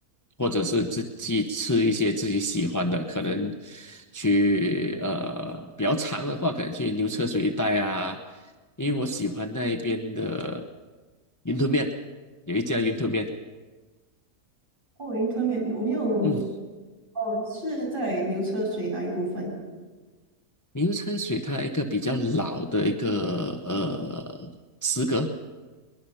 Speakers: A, on the left; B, on the right.
A: 或者是自己吃一些自己喜欢的。可能去呃比较长的话，可能去牛车水一带啊，因为我喜欢那一边的云吞面，有一家云吞面。
B: 哦，云吞面，我没有，
A: 嗯，
B: 哦，是在牛车水那一部分
A: 牛车水它一个比较老的一个呃食阁，